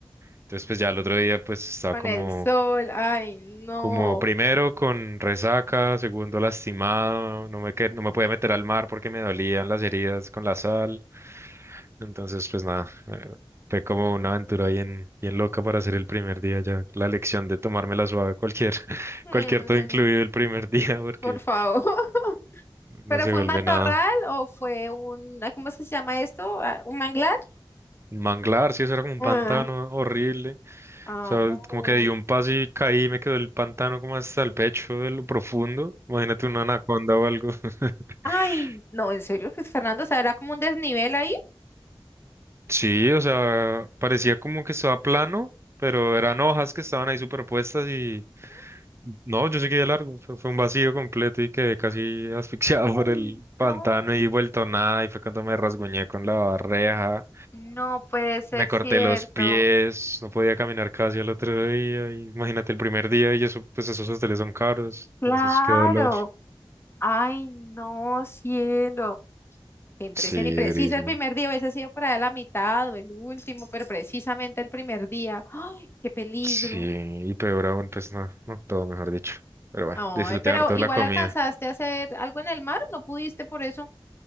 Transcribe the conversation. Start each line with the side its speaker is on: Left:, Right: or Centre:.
Right: Entonces, pues ya el otro día, pues estaba
Left: con
Right: como,
Left: el sol. Ay, no.
Right: como primero con resaca, segundo lastimado, no me, que- no me podía meter al mar porque me dolían las heridas con la sal. Entonces, pues nada, eh, fue como una aventura bien, bien loca para hacer el primer día ya. La lección de tomármela suave cualquier, <laughs>
Left: Mm,
Right: cualquier todo incluido el primer <laughs> día porque
Left: por favor. <laughs>
Right: no
Left: ¿Pero
Right: se
Left: fue
Right: vuelve
Left: un matorral
Right: nada.
Left: o fue un, ah, ¿cómo es que se llama esto? Ah, ¿Un manglar?
Right: Un manglar, sí, eso era como un
Left: Ah,
Right: pantano horrible.
Left: amor.
Right: O sea, como que di un paso y caí, me quedó el pantano como hasta el pecho de lo profundo. Imagínate una anaconda o algo. <laughs>
Left: Ay, no, en serio, Luis Fernando, o sea, era como un desnivel ahí.
Right: Sí, o sea, parecía como que estaba plano, pero eran hojas que estaban ahí superpuestas y no, yo seguí de largo. o sea, fue un vacío completo y quedé casi asfixiado <laughs> por
Left: Ay,
Right: el pantano
Left: No,
Right: y vuelto nada. Y fue cuando me rasguñé con la reja.
Left: no puede ser
Right: Me corté
Left: cierto.
Right: los pies, no podía caminar casi al otro día. y imagínate el primer día y eso, pues esos hoteles son caros,
Left: Claro.
Right: entonces qué dolor.
Left: Ay, no, cielo. Qué impresión
Right: Sí,
Left: y preciso
Right: durísimo.
Left: el primer día, hubiese sido por ahí la mitad o el último, pero precisamente el primer día. ¡Ay, qué peligro!
Right: Sí, y peor aún, pues no, no, todo mejor dicho. Pero bueno,
Left: Ay,
Right: disfruté
Left: pero
Right: harto
Left: igual
Right: de la comida.
Left: alcanzaste a hacer algo en el mar, ¿no pudiste por eso?